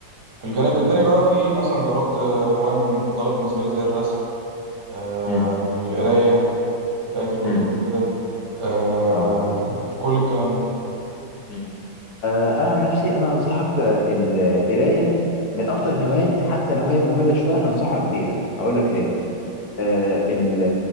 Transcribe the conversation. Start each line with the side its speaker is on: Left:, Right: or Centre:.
Right: في الجانب التاني
Left: مم.
Right: بقى في مثلا جربت آه، هواية مفضلة بالنسبة لي زي الرسم آه،
Left: مم.
Right: القراية قراية الكتب
Left: مم.
Right: وكده آه،
Left: اه
Right: كل الكلام ده
Left: مم. آه، انا عن نفسي انا انصحك آه، القرايه من اكتر الهوايات حتى لو هي ممله شويه انصحك بيها هقول لك ليه آه، ال-